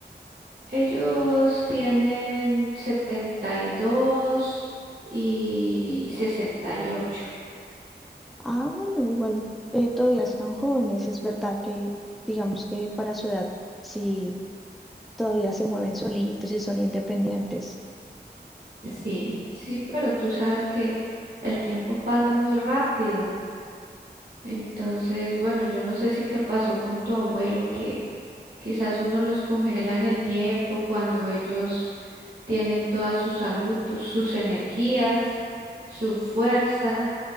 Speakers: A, on the right; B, in the centre.
A: Ellos tienen setenta y dos y y sesenta y ocho
B: Ah, bueno, igual eh, todavía están jóvenes, es verdad que digamos que para su edad sí todavía se mueven solitos y son independientes.
A: Sí, sí, pero tú sabes que el tiempo pasa muy rápido. Entonces, bueno, yo no sé si te pasó con tu abuelo que quizás uno los congela en el tiempo cuando ellos tienen toda su salud, tu- sus energías, su fuerza.